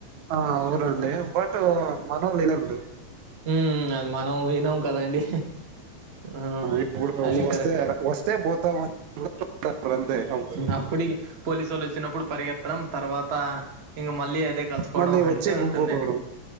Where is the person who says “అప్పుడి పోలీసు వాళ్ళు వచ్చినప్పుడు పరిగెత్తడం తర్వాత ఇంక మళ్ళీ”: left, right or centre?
Right